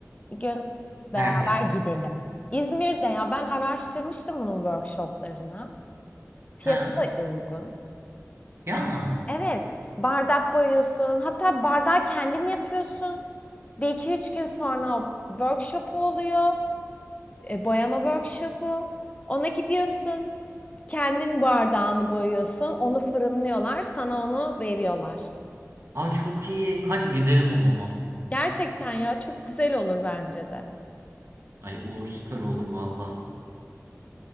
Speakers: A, on the left; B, on the right.
A: Bir gün beraber
B: Nerede?
A: gidelim. İzmir'de ya ben araştırmıştım bunun workshoplarını. Fiyatı
B: Ha.
A: da uygun.
B: Ya.
A: Ee, evet bardak boyuyorsun. Hatta bardağı kendin yapıyorsun. Bir iki üç gün sonra o workshop'u oluyor. Ee, boyama workshop'u. Ona gidiyorsun. Kendin bardağını boyuyorsun, onu fırınlıyorlar, sana onu veriyorlar.
B: Aa çok iyi. Kanka gidelim o zaman.
A: Gerçekten ya çok güzel olur bence de.
B: Ay olur süper olur valla.